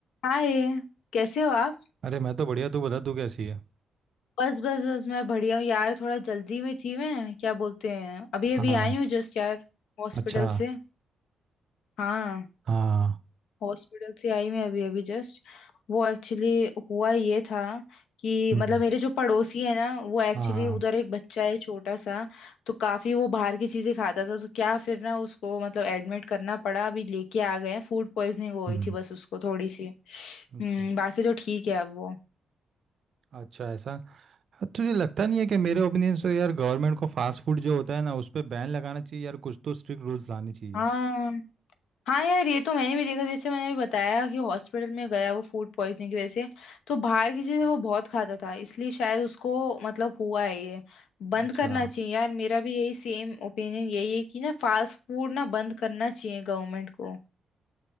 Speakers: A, on the left; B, on the right.
A: हाय कैसे हो आप
B: अरे मैं तो बढ़िया तू बता तू कैसी है
A: बस बस बस मैं बढ़िया हूँ यार थोड़ा जल्दी में थी मैं क्या बोलते हैं अभी अभी
B: हाँ
A: आई हूँ जस्ट यार हॉस्पिटल
B: अच्छा
A: से हाँ
B: हाँ
A: हॉस्पिटल से आई मैं अभी अभी जस्ट वो एक्चुअली हुआ ये था कि
B: हम्म
A: मतलब मेरे जो पड़ोसी है ना वो एक्चुअली
B: हाँ हाँ,
A: उधर एक बच्चा है छोटा सा तो काफी वो बाहर की चीजें खाता था तो क्या फिर ना उसको मतलब एडमिट करना पड़ा अभी लेके आ गए हैं। फूड पॉइजनिंग हो
B: हम्म
A: गई थी बस उसको थोड़ी सी
B: अच्छा
A: हम्म बाकी तो ठीक है अब वो
B: अच्छा ऐसा तुझे लगता नहीं है कि मेरे ओपिनियन से यार गवर्नमेंट को फास्ट फूड जो होता है ना उस पे बैन लगाना चाहिए यार कुछ तो स्ट्रिक्ट रूल्स लाने चाहिए
A: हाँ हाँ यार ये तो मैंने भी देखा जैसे मैंने भी बताया कि हॉस्पिटल में गया वो फूड पॉइजनिंग की वजह से तो बाहर की चीजें वो बहुत खाता था इसलिए शायद उसको मतलब हुआ है ये बंद
B: अच्छा
A: करना चाहिए यार मेरा भी यही सेम ओपिनियन यही है कि ना फास्ट फूड ना बंद करना चाहिए गवर्नमेंट को